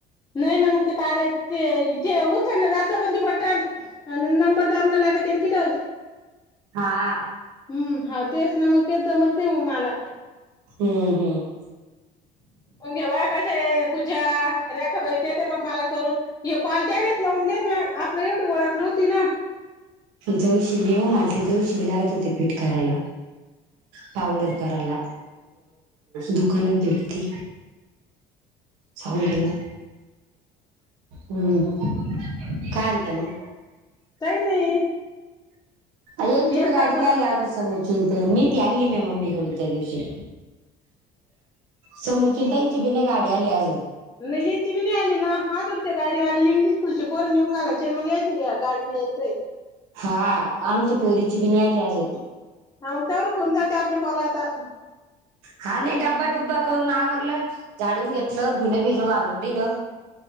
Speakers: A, on the left; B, on the right.
A: नाही ना मग ते कार ते इथे उचल जात पण ते बटण आन नंबर दाबणं लागते त्यांची डग
B: हा
A: हम्म हा तेच ना मग ते जमत नाही मग मला.
B: हम्म हम्म
A: मग घे बायकाचे पूजा रेखा बाई देत मग मला करून हे कॉल त्यावेळीस लावून देणा आपल्याला एवढी ओळख नव्हती ना.
B: जवशी नेव ओ मला ते जवशी बी लागत होते पिठ करायला. पावडर कराला दुकानात भेटती साहून <unintelligible> हम्म काय आणते मग
A: काही नाही
B: येची
A: ये
B: बी
A: सात
B: गाडी नाही आली अजून समोर चिंत मी ती आणली माया ममी कडून त्यादिवशी समुचि त्यांची भि नाही गाडी आली अजून
A: नाही यायची बी नाही आली ना हा करते गाडीवाल्या इंग्लिश स्कूलचे पोर नेऊन घालायचे आणि मग यायच या गाडी्यायचय
B: हा आमच्या पोरीची बी नाही आली आजून
A: हा मग तेवढं होऊन जाते आपले कॉल आता
B: हा नाही डब्बाडुब्बा करून आवरलं झाडून घेतलं धुने भिजू घालून दिलं.